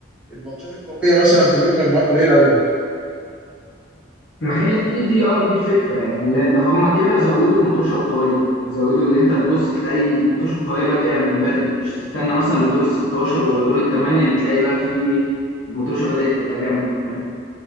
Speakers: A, in the centre; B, on the left (about 80°).
A: الماتشات القوية مثلا في دور المجموعات قليلة قوي
B: ما هي دي دي اه دي الفكره يعني لأن هما كده زودوا المطوشه القويه يعني زودوا اللي انت تبص تلاقي المطوشه القويه بادئه من بدري مش تستنى مثلا لدور ال 16 ولا دور الثمانيه اللي تلاقي بقى فيه ايه المطوشه بدات تبقى جامده فاهم